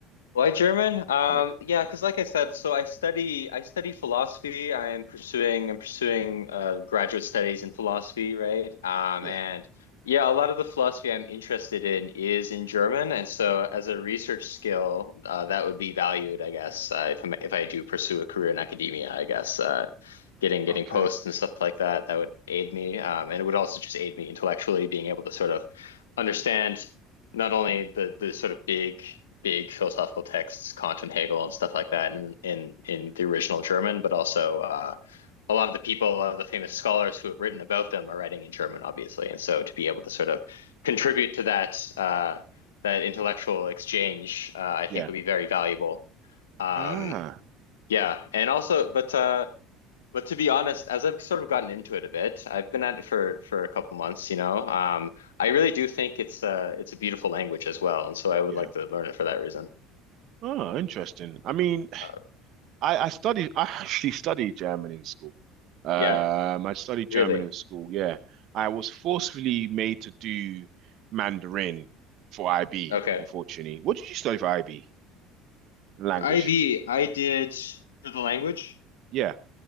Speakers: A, on the left; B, on the right.
A: Why German? Um,
B: Yeah.
A: yeah, because like I said, so I study I study philosophy. I'm pursuing I'm pursuing uh, graduate studies in philosophy, right? Um,
B: Yeah.
A: and yeah, a lot of the philosophy I'm interested in is in German, and so as a research skill, uh, that would be valued, I guess, uh, if I'm, if I do pursue a career in academia, I guess. Uh, getting getting
B: Okay.
A: posts and stuff like that that would aid me um, and it would also just aid me intellectually being able to sort of understand not only the the sort of big big philosophical texts Kant and Hegel and stuff like that in in, in the original German but also uh, a lot of the people a lot of the famous scholars who have written about them are writing in German obviously and so to be able to sort of contribute to that uh, that intellectual exchange uh, I
B: Yeah.
A: think would be very valuable um,
B: Ah,
A: yeah and also but uh, but to be honest, as I've sort of gotten into it a bit, I've been at it for for a couple months, you know. Um, I really do think it's uh it's a beautiful language as well, and so I would
B: yeah.
A: like to learn it for that reason.
B: Oh, interesting. I mean,
A: Uh,
B: I, I studied, I actually studied German in school. Um,
A: Yeah,
B: I studied German
A: really.
B: in school, yeah. I was forcefully made to do Mandarin for IB,
A: Okay.
B: unfortunately. What did you study for IB? Language.
A: For IB, I did for the language.
B: Yeah.